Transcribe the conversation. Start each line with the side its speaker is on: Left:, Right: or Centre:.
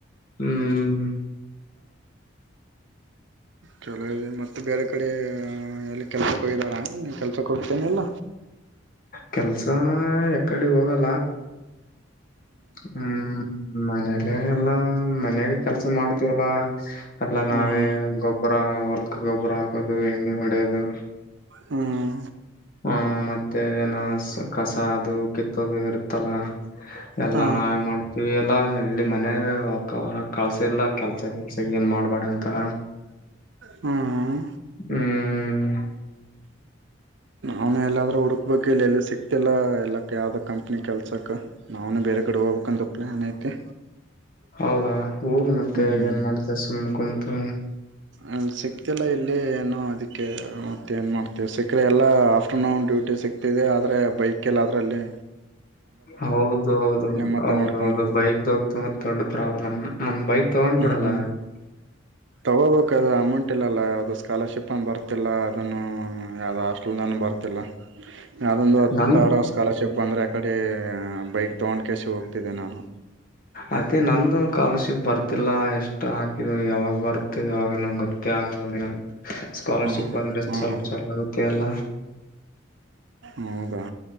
Left: ಹ್ಮ್
Right: ಚಲ ಮತ್ತೆ ಬೇರೆ ಕಡೆ ಎಲ್ಲಿ ಕೆಲಸಕ್ಕೆ ಹೋಗ್ದಾರ ನೀನ್ ಕೆಲಸ ಕೊಡ್ತೇನೆಲ್ಲ
Left: ಕೆಲ್ಸ ಯಕಡೆ ಹೋಗಲ್ಲ ಅ ಹ್ಮ್ ಮನೇಲೆ ಎಲ್ಲಾ ಮನಾಗ ಕೆಲ್ಸ ಮಾಡ್ತೀವಲ್ಲ ಎಲ್ಲ ನಾವೇ
Right: ಹ್ಮ್ ಹ್ಮ್
Left: ಗೊಬ್ಬರ ಹೊಲ್ಕ್ ಗೊಬ್ಬರ ಹಾಕೋದು ಎಣ್ಣೆ ಹೊಡ್ಯೋದು
Right: ಹ್ಮ್
Left: ಹ ಮತ್ತೆ ಏನ ಕಸ ಅದು ಕಿತ್ತೋದು ಇರುತ್ತಲ್ಲ ಎಲ್ಲಾ
Right: ಹಾ
Left: ನಾವೇ ಮಾಡ್ತೀವಿ ಎಲ್ಲ ಎಲ್ಲಿ ಮನ ಹೊರ ಕಳ್ಸಿಲ್ಲ ಕೆಲ್ಸ ಕೆಲ್ಸ ಏನ್ ಮಾಡ್ಬೇಡ ಅಂತಾರ
Right: ಹ್ಮ್
Left: ಹ್ಮ್
Right: ಅವ್ನು ಎಲ್ಲಾದರೂ ಹುಡುಕ್ಬೇಕು ಇಲ್ಲೆಲ್ಲಿ ಸಿಕ್ ಇತ್ತಲ್ಲ ಎಲ್ಲಕ್ಕೆ ಯಾವ್ದ ಕಂಪ್ನಿ ಕೆಲ್ಸಕ್ಕೆ ನಾವುನು ಬೇರೆ ಕಡೆ ಹೋಗ್ಬೇಕಕ್ಂತ ಪ್ಲ್ಯಾನ್ ಐತೆತಿ
Left: ಹೌದಾ ಹೋಗ ಮತ್ತೆ
Right: ಹ್ಮ್
Left: ಏನ್ ಮಾಡ್ತ ಸುಮ್ ಕುಂತು
Right: ಅಲ್ಲಿ ಸಿಕ್ತಿಲ್ಲ ಇಲ್ಲಿ ಏನುೋ ಅದಕ್ಕೆ ಮತ್ತ ಏನ್ ಮಾಡ್ತವಿ ಸಿಕ್ಕರೆೆ ಎಲ್ಲ ಆಫ್ಟರ್ನೂನ್ ಡ್ಯೂಟಿ ಸಿಕ್ತಿದೆ ಆದರೆ ಬೈಕ ಎಲ್ಲ ಅದ್ರಲ್ಲಿ
Left: ಹೌದ ಹೌದು
Right: ಮತ್ತೆ
Left: ಹೌದೌದು
Right: ನಡ್ಕೊಂಡ್ ಬರ್ಬೇಕು
Left: ಬೈಕ್ ದ ದೊಡ್ಡ ಪ್ರಾಬ್ಲಮ್ಂದ್ ಬೈಕ್ ತಗೊಂಡ್
Right: ಹ್ಮ್
Left: ಬಿಡಲ್ಲ
Right: ಹ್ಮ್ ತಗ ದು ಅಮೌಂಟ್ ಇಲ್ಲಲ್ಲ ಯಾವವು ಸ್ಕಾಲರ್ಶಿಪ್ ಅ ಬರ್ತಿಲ್ಲ ಅದನ್ನು ಯಾವ ಟಲ್ ನಾನು ಬರ್ತಿಲ್ಲ ಯಾವುದೊಂದು
Left: ನನ್
Right: ಥರ ಸ್ಕಾಲರ್ಶಿಪ್ ಬಂದರೆ ಕಡೆ ಬೈಕ್ ತೊಗೊಂಡ್ ಕಸ ಹೋಗ್ತಿದ್ದೆ ನಾನು
Left: ಅತ್ತೇ ನಂದಂದು ಸ್ಕಾಲರ್ಶಿಪ್ ಬರ್ತಿಲ್ಲ ಎಷ್ಟ ಹಾಕಿದ್ರು ಯಾವಾಗ ಬರುತ ಯಾವಾಗ ಗೊತ್ತೇ ಆಗ ದಿನ ಸ್ಕಾಲರ್ಶಿಪ್
Right: ಹ್ಞೂ
Left: ಬಂದ್ರೆ
Right: ಹ್ಞೂ
Left: ಸ್ವಲ್ಪ
Right: ಹ್ಞೂ
Left: ಚಲ ಆಗತ್ತೆ ಅಲ್ಲ
Right: ಹೌದಾ